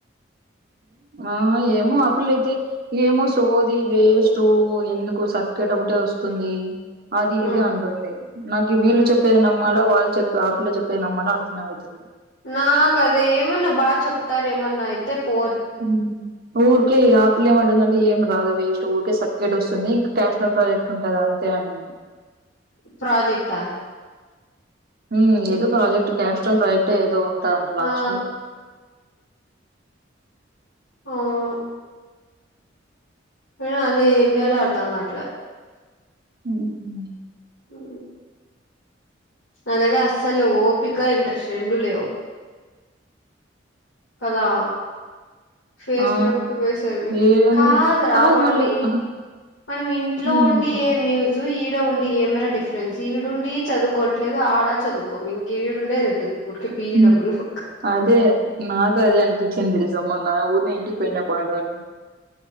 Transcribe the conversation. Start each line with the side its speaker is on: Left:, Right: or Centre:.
Right: ఆ ఏమో ఆప్పులైతే <unintelligible> ఏమో సోది వేస్ట్ ఎందుకు సర్ఫికేట్ ఒకటే వస్తుంది అది
Left: హ్మ్
Right: ఇది అంటుంది నాకు వీళ్ళు
Left: హ్మ్
Right: చెప్పేది నమ్మాలో వాళ్ళు చెప్ ప్రాబ్లం చెప్తే నమ్మాలా అర్థమైతలే
Left: నాగదేమన్నా బాచెప్తారెమన్నైతే పో
Right: ఉమ్ ఊర్కే ఆపిల్లేంమంటుందండీ ఏంరాదది జస్ట్ ఊర్కే సర్కెట్ ఒస్తుంది <unintelligible> ప్ <unintelligible> ఉంటుంద అంట అంతే అండి
Left: ప్రాజెక్టా
Right: హూమ్
Left: ఎందు
Right: ఏదో ప్రాజెక్ట్ క్యాస్టమ్ ప్రాజెక్టేదో ఉంటందంట లాస్ట్లో
Left: ఆ ఔను ఏ అదే ఏం‌ జెయాలో అర్దం గాట్లె
Right: ఉమ్
Left: ఊ నాదగ్గర అస్సలెవ్ ఓపిక ఇంట్రెస్ట్ రెండూ లేవు కదా ఫేస్
Right: ఆ
Left: ప్రపుకి పోయయి స
Right: ఏందో
Left: కాదు రా వనమి
Right: మళ్ళీ ఆ
Left: మనం ఇంట్లో
Right: ఉమ్
Left: ఉండి
Right: చెప్పండి
Left: ఏ మ్యూజిక్ నువు ఈడ ఉండి ఏమ్రా డిఫ్రెన్స్ ఈడుండీ చదువుకోట్లేదు ఆడ చదువుకోవు ఇంక ఈడుండేదెందుకు ఊర్కే పీ
Right: ఉమ్
Left: డబ్బుల్ బొక్క
Right: అదే నాకు అదే అనిపిచింది తెలుసా మొనా ఊర్నే ఇంటికి పోయినా బాండు అని